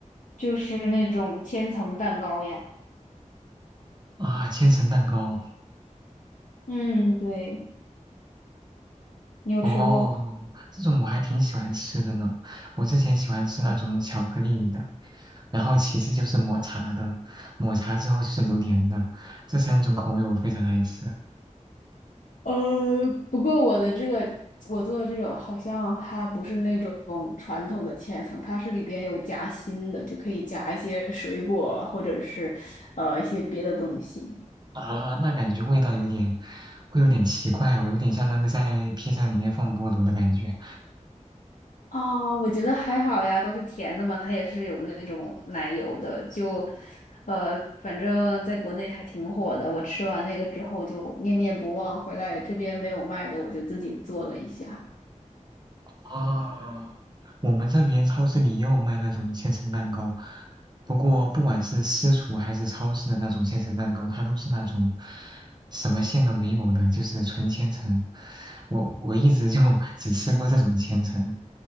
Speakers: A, on the left; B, on the right.
A: 就是那种千层蛋糕呀。
B: 啊，千层蛋糕。
A: 嗯，对，你有吃过？
B: 哦，这种我还挺喜欢吃的呢。我之前喜欢吃那种巧克力的，然后其次就是抹茶的，抹茶之后就是榴莲的，这三种口味我非常爱吃。
A: 呃，不过我的这个我做的这种好像还不是那种传统的千层，它是里边有夹心的，就可以夹一些水果或者是呃一些别的东西。
B: 啊，那感觉味道有点，会有点奇怪，我有点像那个在披萨里面放菠萝的感觉。
A: 啊。我觉得还好呀，都是甜的嘛，它也是有那种奶油的，就呃，反正在国内还挺火的。我吃完那个之后就念念不忘，回来这边没有卖的，我就自己做了一下。
B: 啊，我们这边超市里也有卖那种千层蛋糕，不过不管是私厨还是超市的那种千层蛋糕，它都是那种什么馅都没有的，就是纯千层。我我一直就 <laughs> 只吃过这种千层，